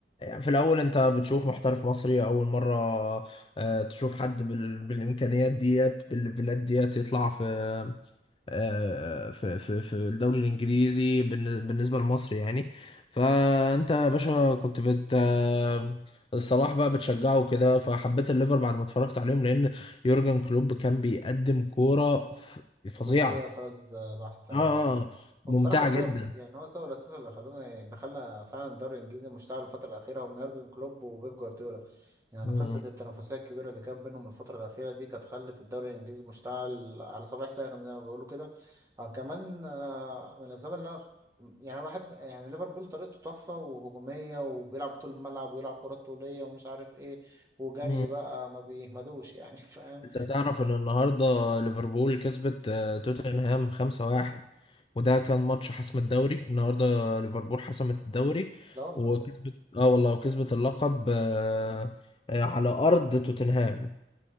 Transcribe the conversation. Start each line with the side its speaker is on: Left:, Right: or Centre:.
Left: في الأول أنت بتشوف محترف مصري أول مرة آه، تشوف حد بال... بالإمكانيات ديت بالليفلات ديت يطلع في آه، في في, في الدوري الإنجليزي بالن- بالنسبة لمصر يعني فأنت يا باشا كنت بت آه، الصلاح بقى بتشجعه كده فحبيت الليفر بعد ما اتفرجت عليهم لأن يورجن كلوب كان بيقدم كورة ف- فظيعة
Right: هجومية فاز بحتة
Left: آه
Right: بحتة بحتة
Left: آه، ممتعة
Right: هو بصراحة سو
Left: جدا
Right: يعني هو سبب الأساس اللي خلاني اللي خلى فعلا الدوري الإنجليزي مشتعل الفترة الأخيرة هم يورجن كلوب وبيب جوارديولا يعني
Left: مم.
Right: قصة التنافسية الكبيرة اللي كانت بينهم الفترة الأخيرة دي كانت خلت الدوري الإنجليزي مشتعل على صباح ساخن زي ما بيقولوا كده آه كمان آه من الأسباب اللي أنا يعني أنا بحب يعني ليفربول طريقته تحفة وهجومية وبيلعب طول الملعب ويلعب كرات طولية ومش عارف إيه وجري
Left: مم.
Right: بقى ما بيهمدوش يعني <laughs> فاهم
Left: انت تعرف ان النهارده ليفربول كسبت آه، توتنهام 5-1 وده كان ماتش حسم الدوري النهارده ليفربول حسمت الدوري
Right: لا والله
Left: وكسبت اه والله وكسبت اللقب آه، آه، على ارض توتنهام